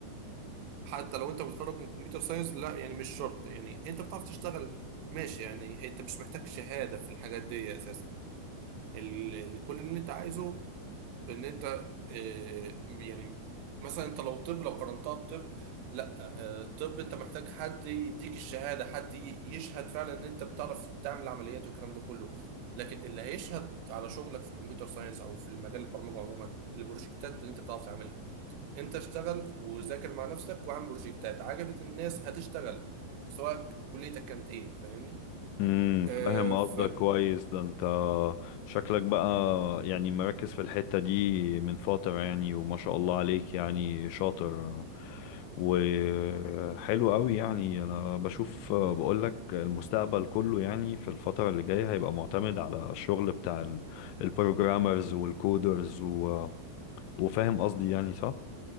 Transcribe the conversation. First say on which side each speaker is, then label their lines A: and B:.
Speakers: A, on the right; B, on the left.
A: حتى لو انت متخرج من كمبيوتر ساينس لا يعني مش شرط يعني انت بتعرف تشتغل ماشي يعني هي- انت مش محتاج شهادة في الحاجات دي اساسا ال- ال- كل اللي انت عايزه ان انت اه، يعني مثلا انت لو طب لو قارنتها بطب لا اه، الطب انت محتاج حد يديك الشهادة حد ي- يشهد فعلا ان انت بتعرف تعمل عمليات والكلام ده كله لكن اللي هيشهد على شغلك في كمبيوتر ساينس او في المجال البرمجة عموما البروجكتات اللي انت بتعرف تعملها انت اشتغل وذاكر مع نفسك واعمل بروجكتات عجبت الناس هتشتغل سواء كليتك كانت ايه فاهمني
B: امم
A: اه
B: فاهم
A: ف
B: قصدك كويس ده انت شكلك بقى يعني مركز في الحتة دي من فترة يعني وما شاء الله عليك يعني شاطر وحلو قوي يعني انا بشوف بقولك المستقبل كله يعني في الفترة اللي جاية هيبقى معتمد على الشغل بتاع ال- البروجرامرز والكودرز و... وفاهم قصدي يعني صح؟